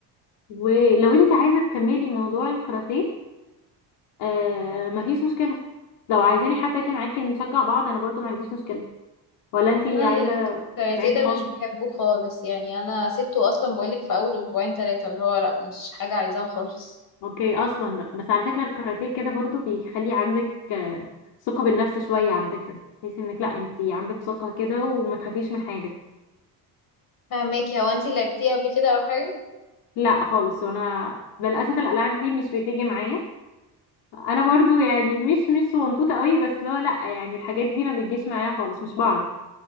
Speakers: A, on the left; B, on the left.
A: ولو انت عايزة تكملي موضوع الكاراتيه آه مفيش مشكلة لو عايزاني حتى اجي معاكي نشجع بعض انا برضو ما عنديش مشكلة ولا انتي
B: انا
A: عايزة
B: الكاراتيه
A: تبعدي
B: ده
A: خالص
B: مش بحبه خالص يعني انا سبته اصلا بقولك في اول اسبوعين ثلاثه اللي هو لا مش حاجه عايزاها خالص
A: اوكي اصلا بقى بس على فكرة الكاراتيه كده برضو بيخلي عندك آه ثقة بالنفس شوية على فكرة تحسي انك لا انتي عندك ثقة كده وما تخافيش من حاجة
B: فهماكي هو انت لعبتيه قبل كده او حاجه
A: لا خالص وانا للاسف الالعاب دي مش بتيجي معايا انا برضو يعني مش مش صغنطوطة قوي بس لا لا يعني الحاجات دي ما بتجيش معايا خالص مش بعرف